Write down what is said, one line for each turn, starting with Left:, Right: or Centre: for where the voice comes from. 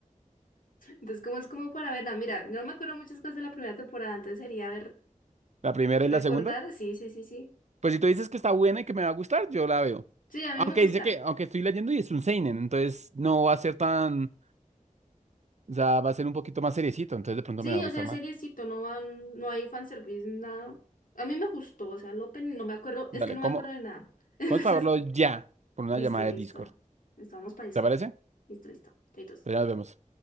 Left: Entonces, como es como para verla? Mira, no me acuerdo muchas cosas de la primera temporada, entonces sería ver,
Right: La primera
Left: recordar.
Right: y la segunda.
Left: Sí, sí, sí, sí.
Right: Pues si tú dices que está buena y que me va a gustar, yo la veo.
Left: Sí, a mí
Right: Aunque
Left: me gusta.
Right: dice que, aunque estoy leyendo y es un seinen, entonces no va a ser tan, o sea, va a ser un poquito más seriecito, entonces de pronto
Left: Sí,
Right: me va a gustar
Left: o sea,
Right: más.
Left: seriecito, no van, no hay fanservice, nada. A mí me gustó, o sea, el opening no me acuerdo,
Right: Dale,
Left: es que no
Right: ¿cómo?
Left: me acuerdo de nada. <laughs> Entonces,
Right: Vamos para verlo ya, por una
Left: Listo,
Right: llamada
Left: listo.
Right: de Discord.
Left: Listo, vamos para Discord.
Right: ¿Te parece?
Left: Listo, listo. Chaitos.
Right: Pues ya nos vemos.